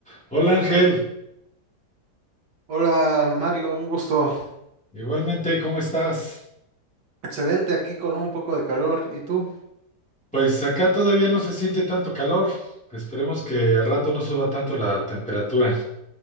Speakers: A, in the centre; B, on the right.
A: Hola Ángel,
B: Hola Mario, un gusto.
A: igualmente, ¿cómo estás?
B: Excelente aquí con un poco de calor. ¿Y tú?
A: Pues acá todavía no se siente tanto calor. Esperemos que al rato no suba tanto la temperatura.